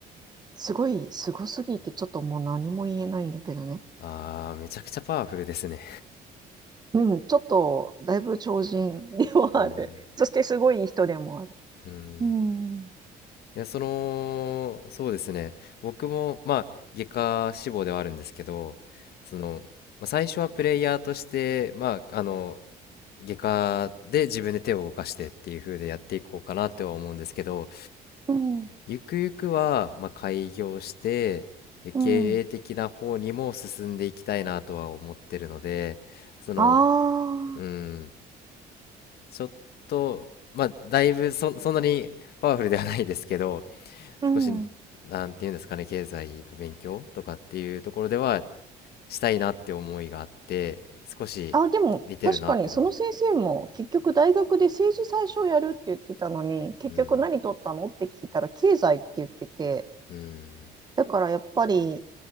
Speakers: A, on the right (about 25°); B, on the left (about 70°).
A: すごい、すごすぎて、ちょっともう何も言えないんだけどね。
B: あ、ああ、めちゃくちゃパワフルですね。
A: うん、ちょっと、だいぶ超人ではある。
B: <laughs> うん。
A: そしてすごいい人でもある。
B: うん。
A: うん、うん、
B: いや、その、そうですね。僕も、まあ、外科志望ではあるんですけど、その、まあ、最初はプレイヤーとして、まあ、あの、外科で自分で手を動かしてっていう風でやっていこうかなっては思うんですけど
A: うん、
B: ゆくゆくはまあ開業してで経営的な方にも進んでいきたいなとは思ってるのでその
A: うん。ああ、
B: うんちょっとまあだいぶそ、そんなにパワフルではないですけど
A: うん。
B: 少しなんていうんですかね経済の勉強とかっていうところではしたいなって思いがあって少し似てるなってのは
A: あ、でも、確かに、その先生も、結局、大学で政治最初やるって言ってたのに、結局何取ったのって聞いたら、
B: うん
A: 経済って言ってて、
B: うん
A: だからやっぱり、